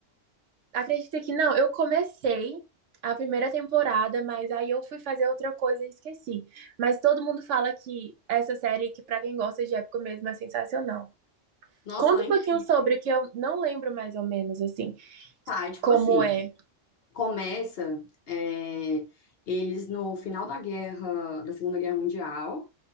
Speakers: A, on the right (about 75°); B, on the left (about 55°).
A: Acredita que não, eu comecei a primeira temporada, mas aí eu fui fazer outra coisa e esqueci. Mas todo mundo fala que essa série, que pra quem gosta de época mesmo, é sensacional.
B: Nossa,
A: Conta
B: ela é
A: um pouquinho
B: incrível.
A: sobre, que eu não lembro mais ou menos, assim,
B: Tá, é tipo
A: como
B: assim.
A: é.
B: começa é, eles no final da guerra, da Segunda Guerra Mundial.